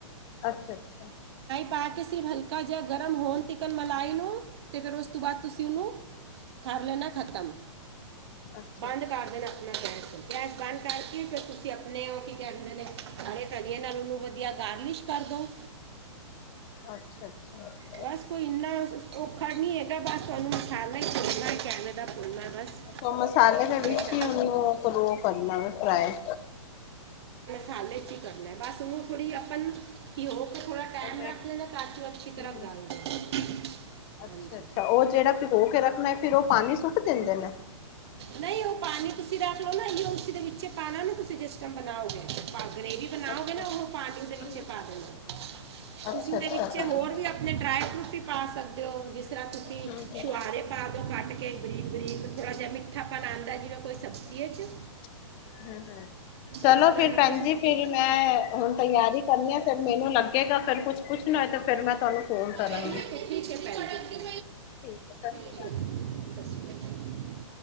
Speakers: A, on the left; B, on the right.
A: ਅੱਛਾ-ਅੱਛਾ।
B: ਪਾ ਕੇ ਸਿਰਫ ਹਲਕਾ ਜਿਹਾ ਗਰਮ ਹੋਣ ਤਿਕਨ ਮਲਾਈ ਨੂੰ ਤੇ ਫਿਰ ਉਸ ਤੋਂ ਬਾਅਦ ਤੁਸੀਂ ਉਹਨੂੰ ਕਰ ਲੈਨਾ ਖਤਮ।
A: ਅੱਛਾ-ਅੱਛਾ।
B: ਬੰਦ ਕਰ ਦੇਣਾ ਆਪਣਾ ਗੈਸ। ਗੈਸ ਬੰਦ ਕਰਕੇ ਫਿਰ ਤੁਸੀ ਆਪਣੇ ਉਹ ਕੀ ਕਹਿੰਦੇ ਨੇ ਹਰੇ ਧਨੀਏ ਨਾਲ ਉਹਨੂੰ ਵਧੀਆ ਗਾਰਲਿਸ਼ ਕਰਦੋ।
A: ਅੱਛਾ ਅੱਛਾ ਅੱਛਾ
B: ਬਸ ਕੋਈ ਇੰਨਾ ਔਖਾ ਨੀ ਹੈਗਾ ਬਸ ਤੁਹਾਨੂੰ ਮਸਲਾ ਭੁੰਨਣਾ ਇੱਕ ਐਵੇਂ ਦਾ। ਭੁੰਨਣਾ ਹੈ ਬਸ
A: ਅੱਛੋ ਮਸਾਲੇ ਉਹ ਮਸਾਲੇ ਦੇ ਵਿੱਚ
B: ਮਿਕਸਰ
A: ਹੀ ਉਨੂੰ ਕਰੋ ਕਰਨਾ ਵੇ ਫਰਾਏ।
B: ਹਾਲੇ ਜੀ ਕਰਨਾ ਬਸ ਉਹਨੂੰ ਥੋੜੀ ਆਪਾ ਉਹਨੂੰ ਭਿਓ ਕੇ ਥੋੜਾ ਟਾਈਮ
A: ਉਹ ਮੈਂ
B: ਰੱਖ ਲਣਾ ਤਾਂ ਕਿ ਉਹ ਅੱਛੀ
A: ਹੂੰ
B: ਤਰ੍ਹਾਂ
A: ਹੂੰ
B: ਗਲ ਜੇ,
A: ਅੱਛਾ
B: ਹਾਂਜੀ
A: ਅੱਛਾ ਉਹ ਜਿਹੜਾ ਭਿਗੋ ਕੇ ਰੱਖਣਾ ਫਿਰ ਉਹ ਪਾਣੀ ਸੁੱਟ ਦਿੰਦੇ ਨੇ
B: ਨਹੀਂ ਉਹ ਪਾਨੀ ਤੁਸੀਂ ਰੱਖ ਲਓ ਨਾਂ ਇਹ ਉਸੀ ਦੇ ਵਿੱਚ ਪਾਣਾ ਨਾਂ ਤੁਸੀਂ ਜਿਸ ਟਾਈਮ ਬਣਾਓਗੇ। ਗਰੇਵੀ ਬਣਾਓਗੇ
A: ਅੱਛਾ
B: ਨਾ
A: ਅੱਛਾ
B: ਉਹ ਪਾਣੀ ਉਹਦੇ ਵਿੱਚ
A: ਹੂੰ ਹੂੰ
B: ਪਾ ਦੇਣਾ। ਤੁਸੀਂ
A: ਅੱਛਾ
B: ਉਹਦੇ
A: ਅੱਛਾ
B: ਵਿੱਚ ਹੋਰ ਵੀ ਆਪਣੇ ਡਰਾਈ ਫਰੂਟ ਵੀ ਪਾ ਸਕਦੇ ਹੋ ਜਿਸ ਤਰ੍ਹਾਂ ਤੁਸੀਂ
A: ਹਮ
B: ਛੁਹਾਰੇ ਪਾ ਦੋ ਕੱਟਕੇ ਗਰੀਕ ਬਰੀਕ ਥੋੜਾ ਜਿਆ ਮਿੱਠਾ ਪਾਣਾ ਆਂਦਾ ਜਿਵੇਂ ਕੋਈ
A: <inaudible>
B: ਸਬਜ਼ੀ 'ਚ
A: ਚਲੋ
B: ਉਸ ਤਰ੍ਹਾਂ
A: ਫਿਰ
B: ਮਤਲਬ
A: ਭੈਣ ਜੀ
B: ਤੁਸੀਂ
A: ਫਿਰ ਮੈਂ ਹੁਣ ਤਿਆਰੀ ਕਰਨੀ ਆ ਫਿਰ ਮੈਨੂੰ ਲੱਗੇਗਾ ਫੇਰ ਕੁਛ ਪੁਛ ਤੇ ਫਿਰ ਮੈਂ ਤੁਹਾਨੂੰ ਫੋਨ ਕਰਾਂਗੀ
B: ਠੀਕ ਠੀਕ ਭੈਣ ਜੀ।
A: ਠੀਕ ਹੈ ਸਤਿ ਸ਼੍ਰੀ
B: <inaudible>
A: ਅਕਾਲ
B: ਸਤਿ ਸ਼੍ਰੀ ਅਕਾਲ।